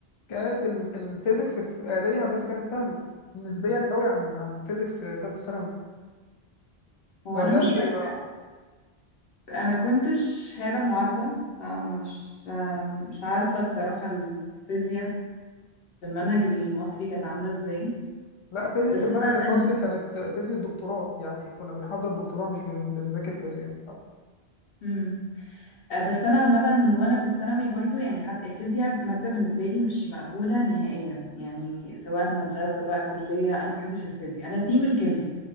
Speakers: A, on the left; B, on the left.
A: كانت ال- الفيزيكس في اعدادي هندسه كانت سهله نسبيا قوي عن عن فيزيكس ثالثه ثانوي
B: هو
A: ولا
B: انا مش
A: انت
B: فاكرة
A: ما...
B: انا كنت شهاده معادله فمش مش عارفه الصراحه الفيزياء في المنهج المصري كانت عامله ازاي
A: لا فيزياء
B: بس
A: المنهج
B: انا
A: المصري
B: من
A: كانت فيزياء الدكتوراه يعني كنا بنحضر دكتوراه مش بن... بنذاكر فيزياء
B: مم. آه، بس انا عامه من وانا في الثانوي برضو يعني حتى الفيزياء ماده بالنسبه لي مش مقبوله نهائيا يعني سواء مدرسه بقى كليه انا ما بحبش الفيزياء انا تيم الكيمياء